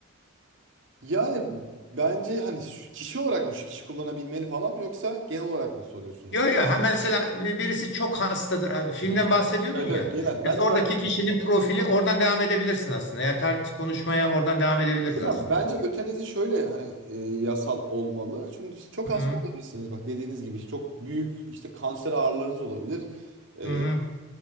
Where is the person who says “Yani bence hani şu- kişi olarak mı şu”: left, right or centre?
Right